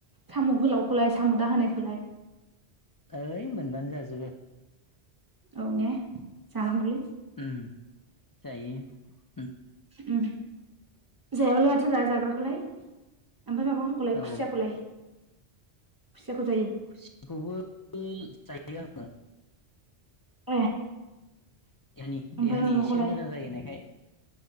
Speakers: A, on the right; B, on the left.
A: साम गोलावखौलाय साम दाहायखौलाय
B: ओइ मोनबानो जाजोबो
A: औ ने जानांगौलै
B: उम जायो उम
A: उम जायाबालाय माथो रा जाग्राखौलाय ओमफ्राय माबाफोरखौलाय
B: औ
A: खुसियाखौलाय खुसियाखौ जायो
B: <unintelligible> खुसियाखौबो जायो आङो
A: ए
B: देहानि
A: ओमफ्राय
B: देहानि
A: माबाखौलाय
B: एसे मोजां जायो होननायखाय